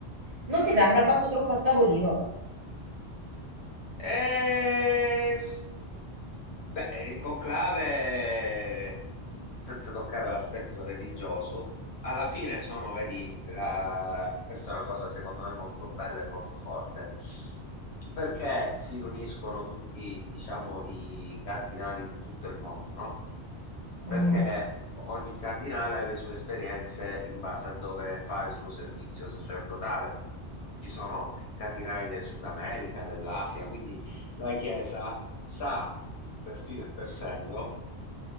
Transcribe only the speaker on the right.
Non ti sembra fatto troppo a tavolino?
Mm.